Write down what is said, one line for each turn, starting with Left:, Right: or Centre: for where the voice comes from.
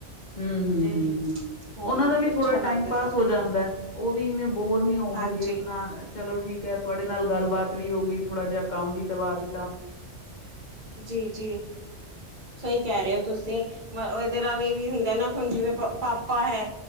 Left: ਹੂ ਹੂ
Right: ਤੇ
Left: ਹੂ ਹੂ
Right: ਹੋਰ
Left: ਉਹਨਾਂ ਦਾ ਵੀ
Right: ਅੱਛਾ
Left: ਥੋੜ੍ਹਾ
Right: ਲੱਗਦਾ
Left: ਟਾਈਮ ਪਾਸ
Right: ਸਾਰਾ
Left: ਹੋ ਜਾਂਦਾ। ਉਹ ਵੀ ਇਵੇਂ ਬੋਰ ਨੀ ਹੋਣਗੇ
Right: ਹਾਂਜੀ
Left: ਆਪਣਾ ਚਲੋ ਠੀਕ ਹੈ ਤੁਹਾਡੇ ਨਾਲ ਗੱਲਬਾਤ ਵੀ ਹੋ ਗਈ ਥੋੜਾ ਜਿਹਾ ਕੰਮ ਵੀ ਕਰਵਾ ਦਿੱਤਾ।
Right: ਜੀ-ਜੀ, ਸਹੀ ਕਹਿ ਰਹੇ ਹੋ ਤੁਸੀਂ, ਮ ਇਹਦੇ ਨਾਲ ਇਹ ਵੀ ਹੁੰਦਾ ਨਾ ਹੁਣ ਜਿਵੇਂ ਪਾਪਾ ਹੈ